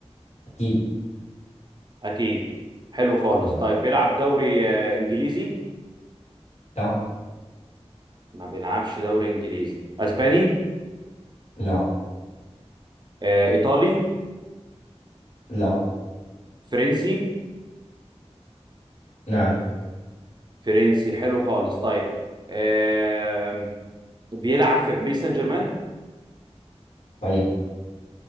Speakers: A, on the left; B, on the right.
A: أكيد
B: اكيد حلو خالص
A: يلا
B: طيب بيلعب دوري آه، انجليزي
A: لا
B: ما بيلعبش دوري انجليزي اسباني
A: لا
B: آه، ايطالي
A: لا
B: فرنسي
A: نعم
B: فرنسي حلو خالص طيب آه، بيلعب في باريس سان جيرمان
A: طيب